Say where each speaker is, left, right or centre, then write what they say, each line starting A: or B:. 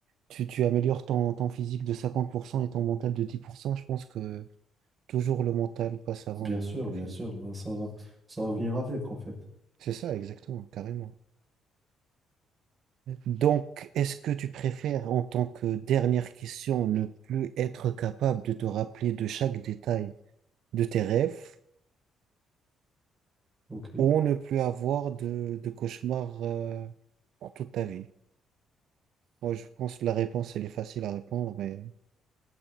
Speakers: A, on the right (about 75°); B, on the right (about 20°).
A: tu, tu améliores ton, ton physique de 50% et ton mental de 10%, je pense que toujours le mental passe avant
B: Bien
A: le,
B: sûr,
A: le
B: bien
A: physique.
B: sûr. bah, ça va, ça va venir avec, en fait.
A: C'est ça, exactement, carrément. Donc, est-ce que tu préfères, en tant que dernière question, ne plus être capable de te rappeler de chaque détail de tes rêves
B: OK.
A: ou ne plus avoir de, de cauchemars, euh, pour toute ta vie? Moi, je pense que la réponse, elle est facile à répondre, mais